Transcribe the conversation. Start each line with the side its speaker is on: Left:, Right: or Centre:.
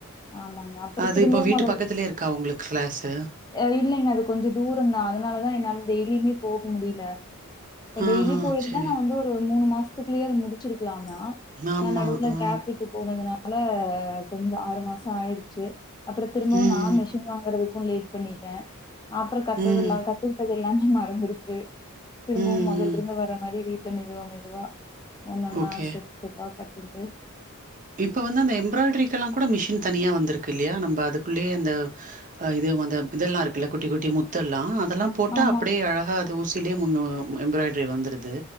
Left: ஆமாங்க. அப்புறம்
Right: அது
Left: திரும்பவும்
Right: இப்ப வீட்டு
Left: முதல்
Right: பக்கத்துலயே இருக்கா உங்களுக் கிளாஸு
Left: அ இல்லைங்க அது கொஞ்சோ தூரந்தா அதுனாலதா என்னால டெய்லியுமே போக முடில இப்ப
Right: ஆ
Left: டெய்லி
Right: ஆ
Left: போயிருந்தா
Right: சரி
Left: நா வந்து ஒரு மூணு மாசத்துக்குள்ளயே அது முடுச்சுருக்கலாந் தா
Right: ஆமா
Left: நா நடுவுல
Right: ஆ
Left: கேப் விட்டு போனதுனால கொஞ்சோ ஆறு மாசோ ஆயிருச்சு அப்பறோ திரும்பவு
Right: ம்
Left: நா
Right: ம்
Left: மிஷின் வாங் குறதுக்கு லேட் பண்ணிட்டே அப்பறோ கத்ததெல்லா
Right: ம்
Left: கத்துக்கிட்டது எல்லாமே மறந்துருச்சு திரும்பவு
Right: ம்
Left: மொதல்ல இருந்து வர்ற மாரி வீட்ல மெதுவா மெதுவா ஒன்னொன்னா
Right: ஓகே
Left: ஸ்டேப் ஸ்டெப்பா கத்துரு
Right: இப்ப வந்து அந்த எம்ப்ராய்டரிக்கல்லா கூட மிஷின் தனியா வந்திருக்கு இல்லயா நம்ப அதுக்குள்ளயே அந்த அ இது வந்த இதல்லா இருக்குல்ல குட்டி குட்டி முத்தல்லா அதல்லா போட்டா
Left: ஆமா
Right: அப்டியே அழகா அது ஊசியிலயே மு முன் எம்ராய்டரி வந்துடுது